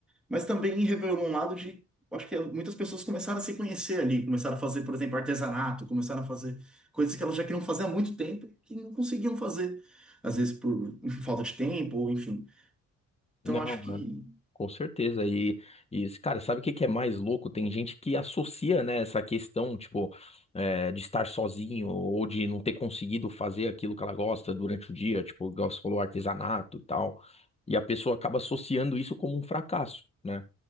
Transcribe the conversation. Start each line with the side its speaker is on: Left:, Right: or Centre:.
Centre: Mas também revelou um lado de. Acho que muitas pessoas começaram a se conhecer ali, começaram a fazer, por exemplo, artesanato, começaram a fazer coisas que elas já queriam fazer há muito tempo e que não conseguiam fazer, às vezes por enfim, falta de tempo, ou enfim. Então
Left: Não,
Centre: acho
Left: né?
Centre: que
Left: Com certeza. E, e, cara, sabe o que que é mais louco? Tem gente que associa, né, essa questão, tipo, é, de estar sozinho ou de não ter conseguido fazer aquilo que ela gosta durante o dia, tipo, igual você falou, artesanato e tal. E a pessoa acaba associando isso como um fracasso, né?